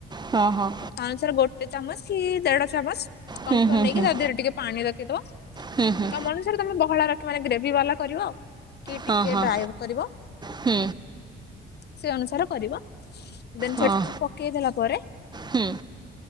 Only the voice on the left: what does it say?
ତା ଅନୁସାରେ ଗୋଟେ ଚାମଚ କି ଦେଢ ଚାମଚ। କନଫ୍ଲୋର
ନେଇକି
ତା ଦେହରେ ଟିକେ ପାଣି ରଖିଦବ
ତମର ତମେ ବହଳା ରଖ ମାନେ ଗ୍ରେଭି ବାଲା କରିବ ଆକି
ଟିକେ
ଡ୍ରାଏ କରିବ।
ସେ ଅନୁସାରେ କରିବ ଦେନ
ସେଠାକୁ ପକେଇ ଦେଲା ପରେ